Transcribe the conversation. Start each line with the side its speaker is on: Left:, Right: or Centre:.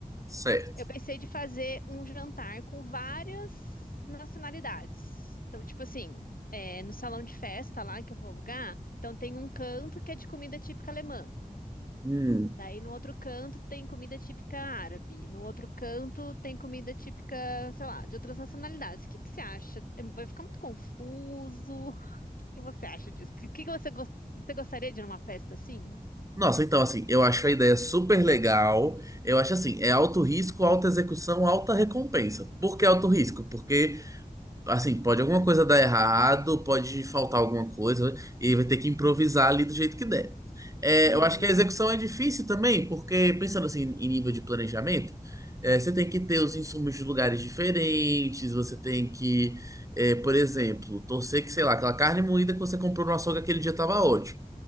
Right: Certo.
Left: Eu pensei de fazer um jantar com várias nacionalidades. Então, tipo assim, é, no salão de festa lá que eu vou alugar, então tem um canto que é de comida típica alemã.
Right: Hum.
Left: Daí no outro canto tem comida típica árabe, no outro canto tem comida típica, sei lá, de outras nacionalidades. O que que você acha? É, Vai ficar muito confuso. O que você acha disso? O que que você, gos- você gostaria de ir numa festa assim?
Right: Nossa, então, assim, eu acho a ideia super legal. Eu acho assim, é alto risco, alta execução, alta recompensa. Por que alto risco? Porque Assim, pode alguma coisa dar errado, pode faltar alguma coisa, e ele vai ter que improvisar ali do jeito que der. É,
Left: Uhum.
Right: eu acho que a execução é difícil também, porque pensando assim em nível de planejamento, é, você tem que ter os insumos de lugares diferentes, você tem que, é, por exemplo, torcer que, sei lá, aquela carne moída que você comprou no açougue aquele dia estava ótimo.